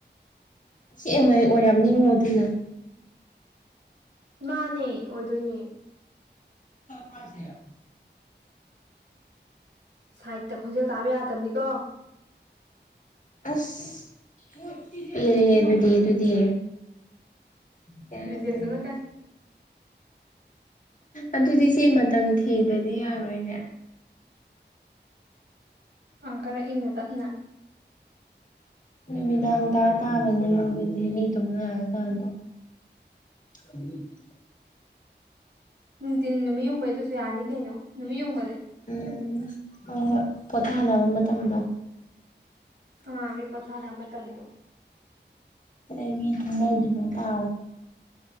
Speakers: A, on the left (about 45°); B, on the right (about 70°).
A: ꯑꯁꯦꯡꯕꯩ ꯑꯣꯏꯔꯝꯅꯤꯉꯣ ꯑꯗꯨꯅ
B: ꯃꯥꯅꯦ ꯑꯣꯏꯗꯣꯏꯅꯦ
A: ꯄꯥꯏꯁꯦ <unintelligible> <inaudible>
B: ꯁꯥꯏꯠꯇ ꯈꯣꯟꯖꯦꯜ ꯇꯥꯕ ꯌꯥꯗꯕꯅꯤꯀꯣ
A: ꯑꯁ ꯌꯦꯔꯤꯑꯦ ꯑꯗꯨꯗꯤ ꯑꯗꯨꯗꯤ ꯀ
B: ꯔꯤꯖꯦꯛ
A: ꯇꯅꯤ
B: ꯆꯠꯂꯛꯀꯅꯤ
A: <unintelligible> <inaudible> ꯑꯗꯨꯗꯤ ꯁꯤ ꯃꯇꯝ ꯊꯤꯗ꯭ꯔꯗꯤ ꯌꯥꯔꯣꯏꯅꯦ
B: ꯑ ꯈꯔ ꯏꯪꯅ ꯇꯞꯅ
A: ꯃꯤꯃꯤꯗꯥꯗ ꯊꯥꯕꯅꯤꯗꯤ ꯃꯤ ꯇꯃꯅꯥ ꯈꯟꯗ ꯎꯝ <unintelligible> <inaudible>
B: ꯅꯨꯡꯊꯤꯟ ꯅꯨꯃꯤꯠ ꯌꯨꯡꯕꯩꯗꯨꯁꯨ ꯌꯥꯅꯤ ꯀꯩꯅꯣ ꯅꯨꯃꯤꯠ ꯌꯨꯡꯕꯩ
A: ꯎꯝ ꯍꯣꯏ ꯍꯣꯏ ꯄꯣꯊꯥꯅꯕ ꯃꯇꯝꯗꯣ
B: ꯑꯥ ꯃꯤ ꯄꯊꯥꯅ ꯑꯃ ꯇꯝꯗꯣ
A: <inaudible> ꯃꯤ ꯊꯗꯅ ꯇꯣ